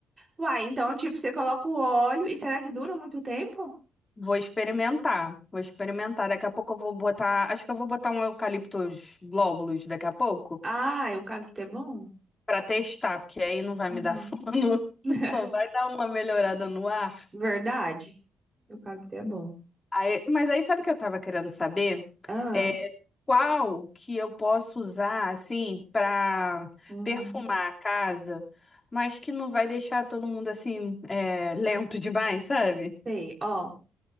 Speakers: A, on the right; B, on the left.
A: Uai, então, tipo, você coloca o óleo e será que dura muito tempo?
B: Vou experimentar, vou experimentar. Daqui a pouco eu vou botar, acho que eu vou botar um eucaliptus glóbulos daqui a pouco
A: Ah, eucalipto é bom?
B: pra testar, porque aí não vai
A: Uhum.
B: me dar sono, <laughs>
A: <laughs>
B: só vai dar uma melhorada no ar.
A: Verdade. O cacto é bom.
B: Aí- mas aí sabe o que eu tava querendo saber?
A: Ah,
B: É, qual que eu posso usar assim pra
A: Uhum.
B: perfumar a casa, mas que não vai deixar todo mundo assim é, lento demais, sabe?
A: sei. Ó,